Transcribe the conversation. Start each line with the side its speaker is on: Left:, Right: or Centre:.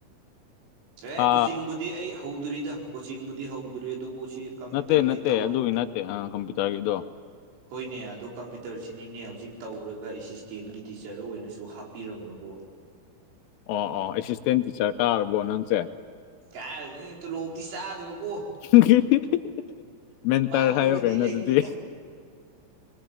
Left: ꯊꯥ
Right: ꯑꯦ ꯀꯣꯆꯤꯡꯕꯨꯗꯤ ꯑꯩ ꯍꯧꯗꯔꯤꯗ ꯀꯣꯆꯤꯡꯕꯨꯗꯤ ꯍꯧꯗꯔꯤ ꯑꯗꯨꯕꯨ ꯁꯤ ꯀꯝꯄ꯭ꯌꯨꯇꯔꯒꯤ
Left: ꯅꯠꯇꯦ ꯅꯠꯇꯦ
Right: ꯇꯧꯔꯤꯕꯅꯤ
Left: ꯑꯗꯨꯒꯤ ꯅꯠꯇꯦ ꯑ ꯀꯝꯄ꯭ꯌꯨꯇꯔꯒꯤꯗꯣ
Right: ꯍꯣꯏꯅꯦ ꯑꯗꯣ ꯀꯝꯄ꯭ꯌꯨꯇꯔꯁꯤꯅꯤꯅꯦ ꯍꯧꯖꯤꯛ ꯇꯧꯔꯒ ꯑꯦꯁꯤꯁꯇꯦꯟꯒꯤ ꯇꯤꯆꯔ ꯑꯣꯏꯅꯁꯨ ꯍꯥꯞꯄꯤꯔꯝꯕꯀꯣ
Left: ꯑꯣ ꯑꯣ ꯑꯦꯁꯤꯁꯇꯦꯟ ꯇꯤꯆꯔ ꯀꯥꯔꯕꯣ ꯅꯪꯁꯦ
Right: ꯀꯥꯔꯤꯅꯤ ꯇꯨꯂꯣꯞꯇꯤ ꯆꯥꯗꯕ ꯀꯣ
Left: <unintelligible> ꯃꯦꯟꯇꯔ
Right: ꯃꯥꯡꯅꯕꯗꯤ
Left: ꯍꯥꯏꯌꯣ ꯀꯩꯅꯣ
Right: ꯂꯩꯇꯦꯗ
Left: ꯑꯗꯨꯗꯤ